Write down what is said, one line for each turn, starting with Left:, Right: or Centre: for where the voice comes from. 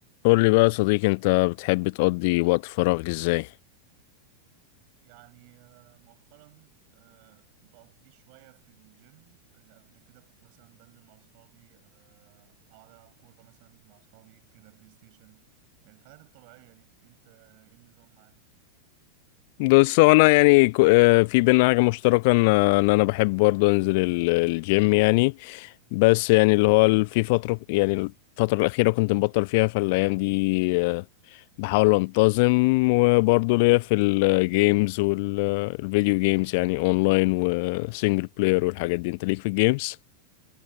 Left: قول لي بقى يا صديقي انت بتحب تقضي وقت فراغك ازاي
Right: يعني آه، مؤخرا آه، بقضي شوية في الجيم اللي قبل كده كنت مثلا بنزل مع أصحابي آه، أقعد ألعب كورة مثلا مع أصحابي كده بلاي ستيشن الحاجات الطبيعية دي أنت إيه النظام معاك؟
Left: بص هو انا يعني كو- آه، في بينا حاجه مشتركه ان ان انا بحب برضه انزل ال- الجيم يعني بس يعني اللي هو ال- في فتره يعني الفتره الاخيره كنت مبطل فيها فالايام دي آه، بحاول انتظم وبرضه ليا في الجيمز والفيديو جيمز يعني اونلاين وسنجل بلاير والحاجات دي انت ليك في الجيمز